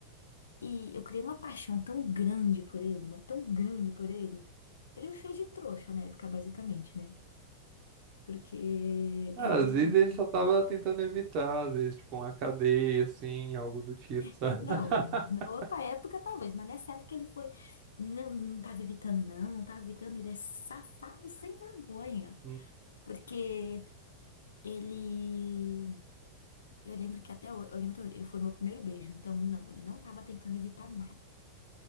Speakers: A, on the left; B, on the right.
A: E eu criei uma paixão tão grande por ele, mas tão grande por ele. Ele me fez de trouxa na época, basicamente, né? Porque
B: Ah,
A: <laughs> ele
B: Às vezes ele só tava tentando evitar, às vezes, tipo, uma cadeia, assim, algo do tipo, sabe?
A: É, Não,
B: <laughs>
A: na outra época talvez, mas nessa época ele foi. Não, não tava evitando, não, não tava evitando. Ele é safado sem vergonha.
B: Hum,
A: Porque ele. Eu lembro que até hoje, eu lembro até hoje, ele foi meu primeiro beijo. Então, não, ele não tava tentando evitar nada.